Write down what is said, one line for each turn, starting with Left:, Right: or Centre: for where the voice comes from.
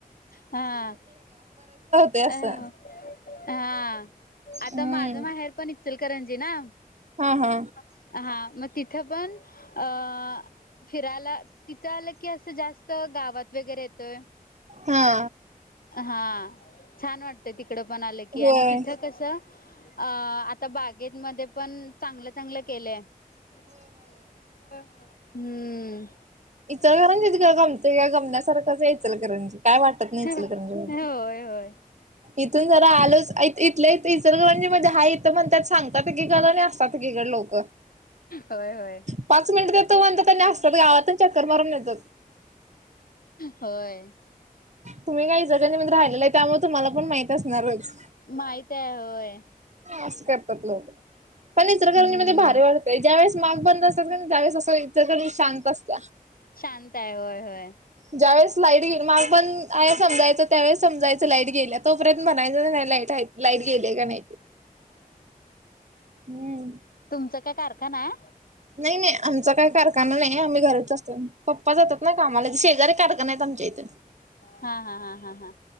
Left: हा.
Right: ते असं
Left: अ हा आता
Right: हम्म
Left: माझं माहेर पण इचलकरंजी ना.
Right: हा हा.
Left: हा मग तिथं पण अ अ फिरायला तिथं आलं की असं जास्त गावात वगैरे येतोय.
Right: हा.
Left: हा छान वाटत तिकडं पण आलं की
Right: होय
Left: आणि तिथं कसं अ आता बागेतमध्ये पण चांगलं चांगलं केलय होय होय हम्म
Right: इचलकरंजीत गमतय काय गमण्यासारखंच आहे इचलकरंजी काय वाटत नाही
Left: होय,
Right: इचलकरंजीमध्ये
Left: होय.
Right: इथून जरा आलोच इथल्या इथ इचलकरांजी म्हणजे हे इथं म्हणयात सांगतात एकीकड असतातकडे एकीकड लोक.
Left: होय, होय.
Right: पाच मिनिटात येतो म्हणतात त्यांनी असतात गावात न चक्कर मारून येतात.
Left: होय.
Right: तुम्ही काही जगांनमधी राहिलेलं आहे त्यामुळे तुम्हाला पण माहित असणारच.
Left: माहित आहे होय.
Right: असं करतात लोक. पण इतचलकरंजी
Left: हम्म.
Right: मध्ये भारी वाढतय ज्या वेळेस माग बंद असतात का त्यावेळेस असं इचलकरंजी शांत असत.
Left: शांत आहे होय होय.
Right: ज्यावेेळेस लाईटे गे माग बंद आहे समजायचं त्यावेळेस समजायचं लाईट गेल्या तोपर्यंत म्हणायचं नाही. लाईट आहे लाईट गेली का नाही ते हम्म.
Left: तुमच काय कार का नाय
Right: नाही नाही आमचा काही कारखाना नाही आम्ही घरच असतो पप्पा जातात ना कामाला ते शेजारी कारखाना्या आहेत आमच्या इथे.
Left: हा हा हा हा हा.